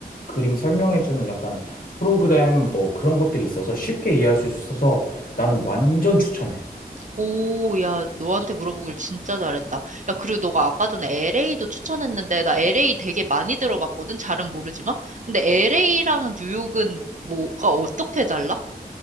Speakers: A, on the left; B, on the right.
A: 그림 설명해 주는 약간 프로그램 뭐 그런 것들이 있어서 쉽게 이해할 수 있어서 나는 완전 추천해.
B: 오, 야, 너한테 물어보길 진짜 잘했다. 야, 그리고 너가 아까 전에 LA도 추천했는데, 나 LA 되게 많이 들어봤거든? 잘은 모르지만. 근데 LA랑 뉴욕은 뭐가 어떻게 달라?